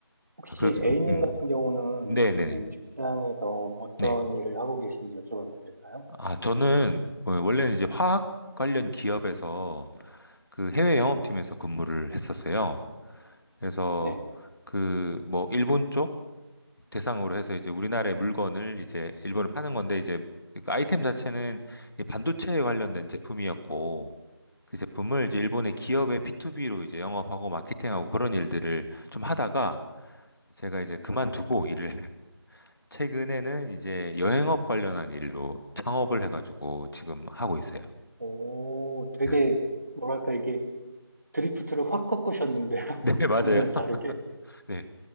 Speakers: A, on the right; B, on the left.
A: 혹시
B: 그래도
A: A님
B: 음.
A: 같은 경우는
B: 네네네.
A: 그러면 직장에서 어떤
B: 네.
A: 일을 하고 계신지 여쭤봐도 될까요?
B: 아, 저는 어, 원래는 이제 화학 관련 기업에서 그 해외 영업팀에서 근무를 했었어요. 그래서
A: 네.
B: 그 뭐 일본 쪽 대상으로 해서 이제 우리나라의 물건을 이제 일본에 파는 건데 이제 그 아이템 자체는 이 반도체에 관련된 제품이었고 그 제품을 이제 일본의 기업의 B2B로 이제 영업하고 마케팅하고 그런 일들을 좀 하다가 제가 이제 그만두고 일을 <laughs> 최근에는 이제 여행업 관련한 일로 창업을 해가지고 지금 하고 있어요.
A: 오, 되게,
B: <laughs>
A: 뭐랄까, 이게 드리프트를 확 꺾으셨는데요.
B: 네,
A: <laughs>
B: 맞아요.
A: 너무
B: <laughs>
A: 다르게.
B: 네.